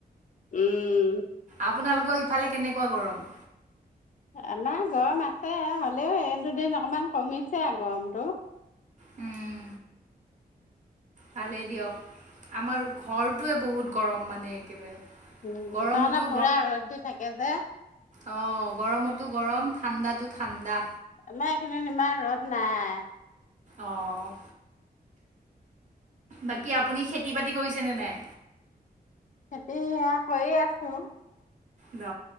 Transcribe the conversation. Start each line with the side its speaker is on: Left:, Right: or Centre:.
Left: উম।
Right: আপোনালোকৰ ইফালে কেনেকুৱা গৰম?
Left: আমাৰ গৰম আছে হলেও এই দুদিন অকমান কমিছে আও গৰমটো।
Right: উম। ভালেই দিয়ক আমাৰ ঘৰটোৱে বহুত গৰম মানে একেবাৰে
Left: উম।
Right: গৰমতো
Left: তাৰমানে পুৰা ৰ'দ দি থাকে যে।
Right: অ' গৰমতো গৰম। ঠাণ্ডাতো ঠাণ্ডা।
Left: আমাৰ এইখিনিত ইমান ৰদ নাই।
Right: অ' বাকী আপুনি খেতি বাতি কৰিছেনে নাই?
Left: খেতি আ কৰি আছো।
Right: দ